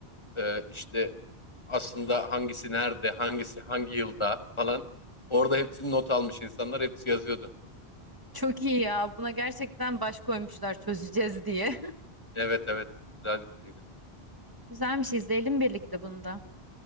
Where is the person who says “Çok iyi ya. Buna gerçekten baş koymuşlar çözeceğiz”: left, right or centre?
Right